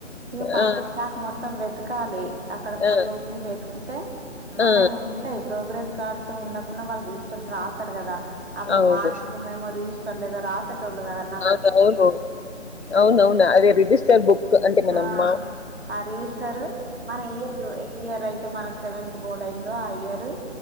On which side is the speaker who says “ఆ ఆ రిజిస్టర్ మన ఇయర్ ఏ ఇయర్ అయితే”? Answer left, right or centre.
Right